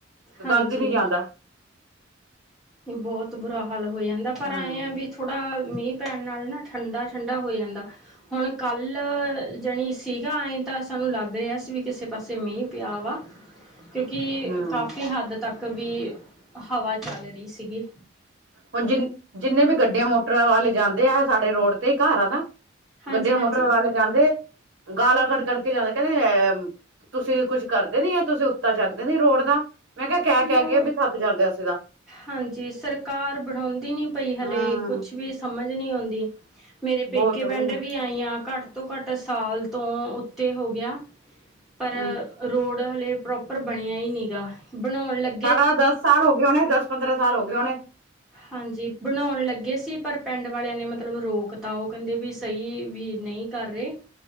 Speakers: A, in the centre; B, on the right (about 65°).
A: ਹਾਂਜੀ
B: ਗੰਦ ਨੀ ਜਾਂਦਾ।
A: ਬੋਤ ਬੁਰਾ ਹਾਲ ਹੋ ਜਾਂਦਾ ਪਰ
B: ਹਮ
A: ਐਂ ਆ ਵੀ ਥੋੜਾ ਮੀਂ ਪੈਣ ਨਾਲ ਨਾ ਠੰਡਾ - ਠੰਡਾ ਹੋ ਜਾਂਦਾ। ਹੁਣ ਕੱਲ੍ਹ ਜਣੀ ਸੀਗਾ ਐਂ ਤਾਂ ਸਾਨੂੰ ਲੱਗ ਰੇਆ ਸੀ ਵੀ ਕਿਸੇ ਪਾਸੇ ਮੀਂ ਪੇਆ ਵਾ ਕਿਉਂਕਿ
B: ਹਮ
A: ਕਾਫ਼ੀ ਹੱਦ ਤੱਕ ਵੀ ਹਵਾ ਚੱਲ ਰੀ ਸੀਗੀ।
B: ਹੁਣ ਜਿੰਨ ਜਿੰਨੇ ਵੀ ਗੱਡੀਆਂ ਮੋਟਰਾਂ ਵਾਲੇ ਜਾਂਦੇ ਆ। ਸਾਡੇ ਰੋਡ ਤੇ ਘਰ ਆ ਨਾ।
A: ਹਾਂਜੀ
B: ਗੱਡੀਆਂ
A: ਹਾਂਜੀ
B: ਮੋਟਰ ਵਾਲੇ ਜਾਂਦੇ, ਗਾਲਾਂ ਕਢ ਕਢ ਕੇ ਜਾਂਦੇ ਕੋਂਦੇ ਅ ਤੁਸੀ ਵੀ ਕੁੱਝ ਕਰਦੇ ਨੀ, ਤੁਸੀ ਉੱਤਾ ਚੱਕਦੇ ਨੀ ਰੋਡ ਦਾ। ਮੈਂ ਕੇ ਕੈ
A: ਨਹੀਂ
B: ਕੈ
A: ਉਹ
B: ਕੇ ਬੀ ਥੱਕ ਜਾਂਦੇ ਅਸੀ ਤਾਂ।
A: ਹਾਂਜੀ, ਸਰਕਾਰ ਬੜਉਂਦੀ ਨੀ ਪਈ ਹਲੇ,
B: ਹਮ
A: ਕੁਛ ਵੀ ਸਮਝ ਨੀ ਅਉਂਦੀ। ਮੇਰੇ ਪੇਕੇ
B: ਬਹੁਤ ਉਹੀ
A: ਪਿੰਡ
B: ਨਾ
A: ਵੀ ਆਈਆਂ ਘੱਟ ਤੋਂ ਘੱਟ ਸਾਲ ਤੋਂ ਉੱਤੇ ਹੋ ਗੇਆ। ਪਰ
B: ਹਮ
A: ਰੋਡ ਹਲੇ ਪ੍ਰੋਪਰ ਬਣੇਆ ਈ ਨੀਗਾ। ਬਣਾਉਣ ਲੱਗ
B: ਸਾਰਾ ਦਸ ਸਾਲ ਹੋਗੇ ਹੋਣੇ। ਦਸ ਪੰਦਰਾਂ ਸਾਲ ਹੋਗੇ ਹੋਣੇ।
A: ਹਾਂਜੀ, ਬਣਾਉਣ ਲੱਗੇ ਸੀ ਪਰ ਪਿੰਡ ਵਾਲੇਆਂ ਨੇ ਮਤਲਬ ਰੋਕ ਤਾ ਓ ਕੇਂਦੇ ਵੀ ਸਈ ਵੀ ਨਈ ਕਰ ਰੇ